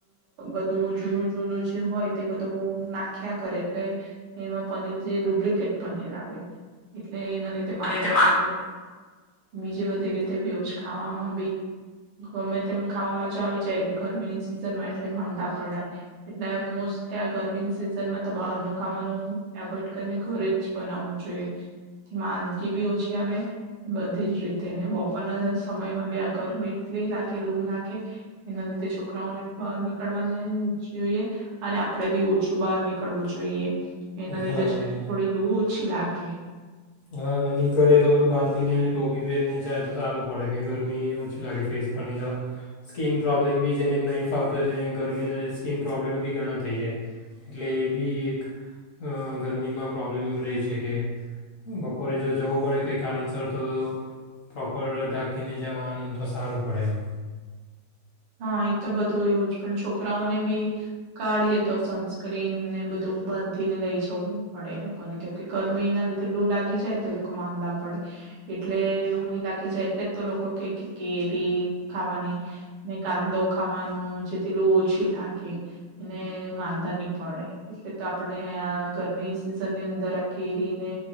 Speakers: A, on the right; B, on the left.
A: બધું જૂનું જૂનું જે હોય તે બધું નાખ નાખ્યા કરે તો એમાં પનીર જે ડુપ્લિકેટ પનીર આવે. એના લીધે માંદા
B: અને તેમાં
A: પડે. બીજી બધી રીતે બી એવું જ ખાવામાં બી ગમે તેમ ખાવામાં જો આવી જાય ને ગરમીની સિઝન માં એટલે માંદા પડાય એટલે મોસ્ટ ગરમીની સિઝ સિસન મા તો બહાર નું ખાવાનું એવોઈડ કરીને ઘરે જ બનાવું જોઈએ મા બી ઓછી આવે બધી જ રીતે બપોરના સમયમાં બી આ ગરમી એટલી લાગે લૂ લાગે એના લીધે છોકરાઓને બહાર નીકળવાની જોઈએ અને આપડે બી ઓછું બહાર નીકળ. એવુ જોઈએ એના લીધે
B: હા
A: જ થોડી લુ ઓછી લાગે. આપકે
B: હા નીકળીે તો બધું બાંધીને ટોપ. વિભરને જાય તારો પડે કે ગરમી ઓછી લાગે ફેસ પરની તો સ્કીિન પ્રોબ્લેમ બી અહિ ગરમી ઓછી લાગે ફેસ પનહીં ફાવતો હોય તેને ગરમીના સ્કીિન પ્રોબ્લેમ બી ઘણા થઈ જાય એટલે એ બી એક ગરમીમાં પ્રોબ્લેમ રહે છે કે. બપોરે જો જવું પડે કંઈ કારણસર તો પ્રોપર ઢાંકીને જવાનું તો સારું પડે એમ.
A: હા એ તો બધું એવું જ પણ છોકરાઓને બી કાઢીએ હ અહી તો બધુ એવુ જ પણ છોકરાઓ ને બી કાઢીએ સનસ્ક્રીનને બધું બાંધીને લઈ જવું પડે એ લોકોને કેમ કે ગરમી ના લીધે લૂ લાગી જાય તો એ લોકો માંદા પડે એટલે લૂ નહી લાગી જાય એટલે તો લોકો કે કેરી ખાવાની. ને કાંદો ખાવાનો જેથી લુ ઓછી લાગે એને માંદા નહી પડે એટલે તો આપણે આ ગરમીની સિઝનની અંદર આ કેરીને